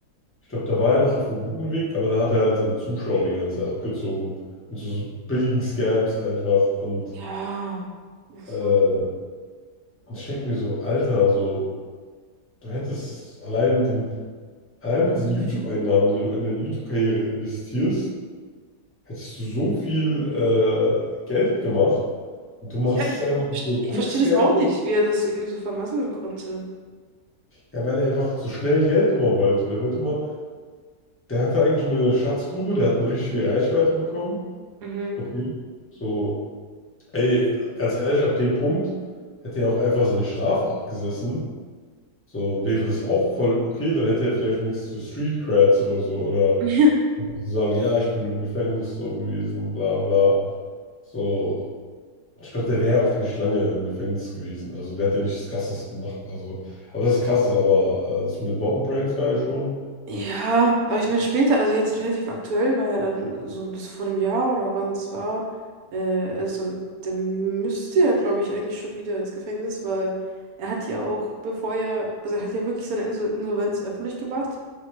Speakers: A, on the left (about 20°); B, on the right (about 70°).
A: ich glaube, da war er noch auf einem guten Weg, aber da hat er halt seine Zuschauer die ganze Zeit abgezogen. Mit so so billigen Scams einfach. Und,
B: Ja, Ach
A: äh,
B: so.
A: und ich denke mir so, Alter, so. Du hättest allein mit den, allein mit diesen YouTube-Einnahmen, wenn du in deine YouTube-Karriere investierst, hättest du so viel äh, Geld gemacht und du machst
B: Ja, ich,
A: es einfach
B: ich,
A: mit
B: verst-
A: so Quickscan,
B: ich verstehe das auch nicht, wie er das irgendwie so vermasseln konnte.
A: ja, weil er einfach so schnell Geld immer wollte. Der wollte immer, der hatte eigentlich eine Schatzgrube, der hat eine richtig viel Reichweite bekommen.
B: Mhm.
A: Okay, so, ey, ganz ehrlich, ab dem Punkt hätte er auch einfach seine Strafe abgesessen So wäre das auch voll okay, dann hätte er vielleicht wenigstens so Street Creds oder so oder
B: <laughs>
A: sagen, ja, ich bin im Gefängnis so gewesen, bla bla. So, ich glaube, der wäre auch nicht lange im Gefängnis gewesen. Also der hat ja nichts Krasses gemacht. Also, aber das ist krasses, aber äh, das mit den Bombenpranks war ja schon,
B: Ja, aber ich meine später, also jetzt relativ aktuell war ja dann so bis vor einem Jahr oder wann es war, äh, also der müsste ja, glaube ich, eigentlich schon wieder ins Gefängnis, weil er hat ja auch, bevor er, also er hat ja wirklich seine Insol Insolvenz öffentlich gemacht.